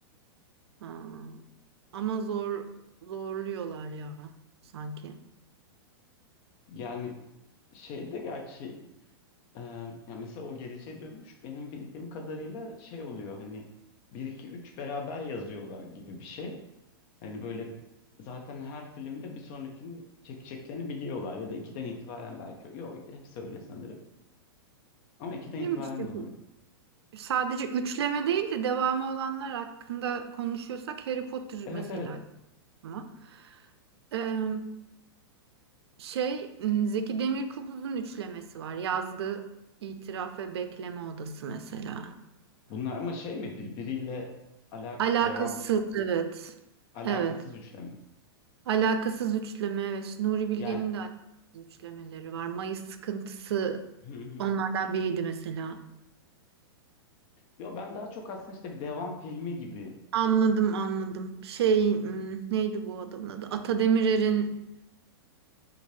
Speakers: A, on the right; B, on the left.
A: Aa, ama zor zorluyorlar ya sanki.
B: Yani şeyde gerçi Ee, ya mesela o geleceğe dönüş benim bildiğim kadarıyla şey oluyor hani bir 2 3 beraber yazıyorlar gibi bir şey. Hani böyle zaten her filmde bir sonrakini çekeceklerini biliyorlar ya da 2'den itibaren belki. Yok hepsi öyle sanırım. Ama 2'den
A: Değil
B: itibaren
A: mi işte?
B: de olabilir.
A: bu- Sadece üçleme değil de devamı olanlar hakkında konuşuyorsak Harry Potter
B: Evet
A: mesela.
B: evet.
A: aklıma. Ee, şey m, Zeki Demirkubuz'un üçlemesi var. Yazgı, İtiraf ve Bekleme Odası mesela.
B: Bunlar ama şey mi birbiriyle alak
A: Alakasız
B: devam
A: evet.
B: alakasız
A: Evet.
B: üçleme.
A: Alakasız üçleme evet. Nuri Bilge'nin
B: Yani
A: de alakasız üçlemeleri var. Mayıs sıkıntısı
B: <laughs>
A: onlardan biriydi mesela.
B: Yo ben daha çok aslında işte bir devam filmi gibi
A: Anladım anladım. Şey hmm, neydi bu adamın adı? Ata Demirer'in